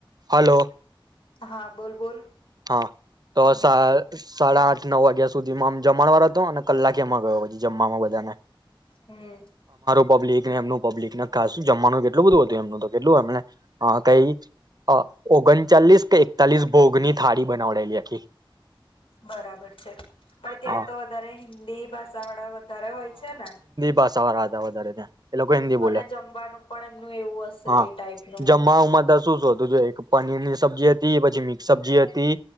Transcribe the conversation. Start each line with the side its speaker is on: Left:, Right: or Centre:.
Right: હલો
Left: હા બોલ બોલ.
Right: હા તો
Left: હમ
Right: સા સાડા આઠ નવ વાગ્યા સુધીમાં આમ જમણ વાળ હતો અને કલાકે એમાં ગયો પછી જમવામાં બધાને.
Left: હમ્મ.
Right: બ્લીકને એમ પબ્લિકને ખાસ જમવાનું કેટલું બધું હતું એમનું તો કેટલું એમને કઈ ઓગણચાલીસ કે એકતાલીસ ભોગની થાળી બનાવડેલી આખી.
Left: બરાબર છે. પણ ત્યાં
Right: હા
Left: તો વધારે હિન્દી ભાષા વાળા વ ધારા હોય છે ને.
Right: બસ સવા હતા વધારે ત્યાં. એ લોકો હિન્દી બોલે
Left: અને જમવાનું પણ એમનું એવું હશે
Right: હા
Left: એ ટાઈપનું.
Right: જમવામાં તો શું શું હતું જો એક પનીર ની સબ્જી હતી પછી મિક્સ સબ્જી હતી